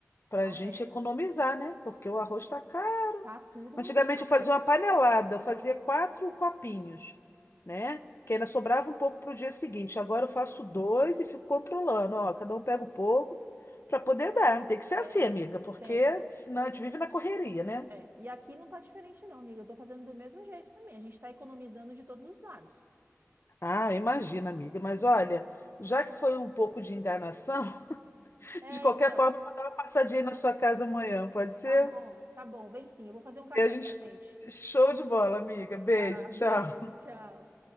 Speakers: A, on the left (about 50°); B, on the right (about 45°).
A: Pra
B: Ah,
A: gente
B: é.
A: economizar, né? Porque o arroz tá caro.
B: Tá tudo
A: Antigamente
B: muito caro.
A: eu fazia uma panelada, eu fazia quatro copinhos, né? Que ainda sobrava um pouco para o dia seguinte. Agora eu faço dois e fico controlando, ó, cada um pega um pouco para poder dar. Tem que ser
B: É,
A: assim, amiga, porque
B: tem.
A: senão a gente vive na correria, né?
B: É. E aqui não tá diferente, não, amiga. Eu tô fazendo do mesmo jeito também. A gente tá economizando de todos os lados.
A: Ah, imagina, amiga. Mas olha, já que foi um pouco de enganação, <laughs>
B: É,
A: de qualquer
B: então.
A: forma, eu vou dar uma passadinha aí na sua casa amanhã, pode ser?
B: Tá bom, tá bom. Vem sim. Eu vou fazer um café
A: E a gente.
B: pra gente.
A: Show de bola, amiga. Beijo,
B: Tá,
A: tchau.
B: <laughs> beijo, tchau.